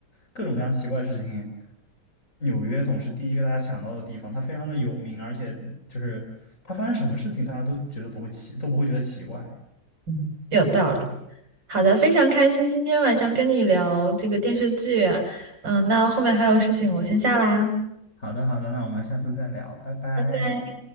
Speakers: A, on the left (about 45°); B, on the right (about 80°).
A: 各种各样奇怪的事情，纽约总是第一个大家想到的地方，它非常的有名，而且就是它发生什么事情，大家都觉得不会奇，都不会觉得奇怪。
B: 嗯，有道理。
A: 啊，
B: 好的，非常开心今天晚上跟你聊这个电视剧啊。嗯，那后面还有事情，我先下啦。
A: 好的，好的，那我们下次再聊，拜拜。
B: 拜拜。